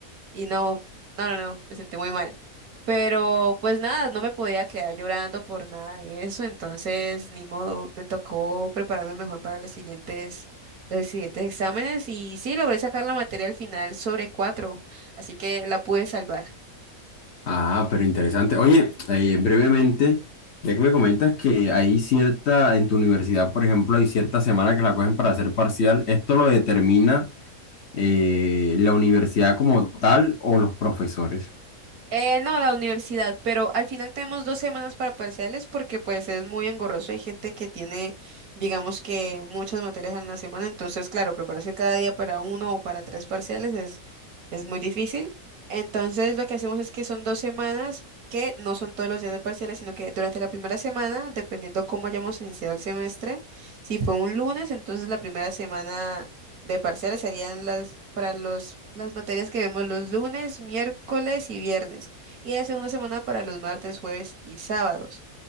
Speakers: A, on the right (about 75°); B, on the left (about 50°).
A: Y no, no, no, no, me sentí muy mal. Pero pues nada, no me podía quedar llorando por nada de eso, entonces ni modo, me tocó prepararme mejor para los siguientes, los siguientes exámenes y sí, logré sacar la materia al final sobre cuatro, así que la pude salvar.
B: Ah, pero interesante. Oye, eh, brevemente, ya que me comentas que hay cierta, en tu universidad, por ejemplo, hay cierta semana que la cogen para hacer parcial, ¿esto lo determina eh, la universidad como tal o los profesores?
A: Eh, no, la universidad, pero al final tenemos dos semanas para parciales porque pues es muy engorroso. Hay gente que tiene, digamos que muchas materias en la semana, entonces claro, prepararse cada día para uno o para tres parciales es, es muy difícil. Entonces lo que hacemos es que son dos semanas que no son todos los días de parciales, sino que durante la primera semana, dependiendo cómo hayamos iniciado el semestre, si fue un lunes, entonces la primera semana de parciales serían las para los las materias que vemos los lunes, miércoles y viernes, y la segunda semana para los martes, jueves y sábados.